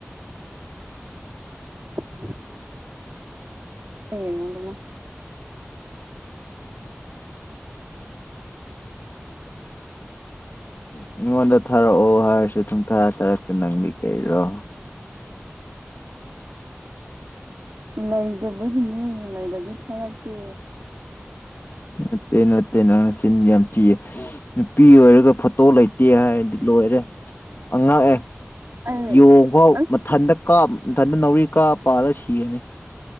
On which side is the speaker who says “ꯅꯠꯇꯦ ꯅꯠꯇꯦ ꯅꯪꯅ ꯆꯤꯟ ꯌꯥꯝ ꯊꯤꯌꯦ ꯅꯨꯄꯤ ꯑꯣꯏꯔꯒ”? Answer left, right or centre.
Left